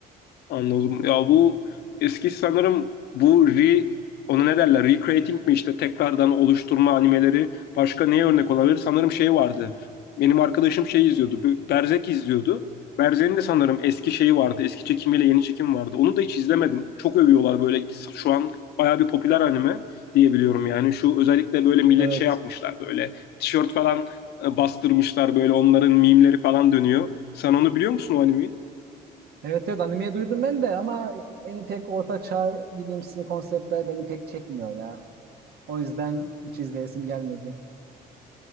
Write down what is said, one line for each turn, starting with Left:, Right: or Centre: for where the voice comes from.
Left: Anladım. Ya bu eski sanırım bu re ona ne derler? Recreating mi işte tekrardan oluşturma animeleri başka neye örnek olabilir? Sanırım şey vardı. Benim arkadaşım şey izliyordu. bu Berserk izliyordu. Berserk'in de sanırım eski şeyi vardı. Eski çekimiyle yeni çekim vardı. Onu da hiç izlemedim. Çok övüyorlar böyle şu an bayağı bir popüler anime diyebiliyorum yani. Şu özellikle böyle millet
Right: Evet.
Left: şey yapmışlar böyle tişört falan e, bastırmışlar böyle onların mimleri falan dönüyor. Sen onu biliyor musun o animeyi?
Right: Evet evet animeyi duydum ben de ama beni pek orta çağ bilimsi konseptler beni pek çekmiyor ya. O yüzden hiç izleyesim gelmedi.